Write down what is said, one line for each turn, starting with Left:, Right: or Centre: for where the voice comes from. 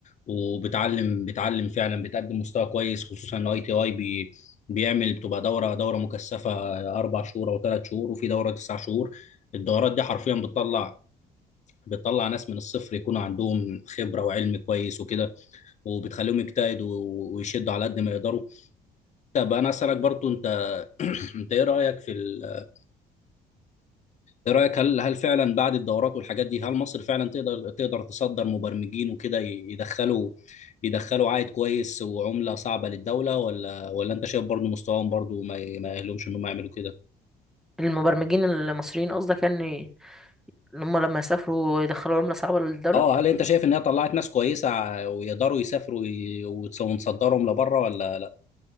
Left: وبتعلم بتعلم فعلا بتقدم مستوى كويس خصوصا ان اي تي اي بي... بيعمل بتبقى دوره دوره مكثفه اربع شهور او ثلاث شهور وفي دوره تسع شهور الدورات دي حرفيا بتطلع بتطلع ناس من الصفر يكون عندهم خبره وعلم كويس وكده وبتخليهم يجتهدوا ويشدوا على قد ما يقدروا طب انا اسالك برضو انت انت ايه رايك في ال... ايه رايك هل هل فعلا بعد الدورات والحاجات دي هل مصر فعلا تقدر تقدر تصدر مبرمجين وكده ي- يدخلوا يدخلوا عائد كويس وعمله صعبه للدوله ولا ولا انت شايف برضو مستواهم برضو ما ي- ما يأهلهمش انهم يعملوا كده
Centre: المبرمجين المصريين قصدك يعني اللي هم لما يسافروا يدخلوا عملة صعبة للدولة
Left: اه هل انت شايف ان هي طلعت ناس كويسه ع- ويقدروا يسافروا وي- وتص- ونصدرهم لبره ولا لا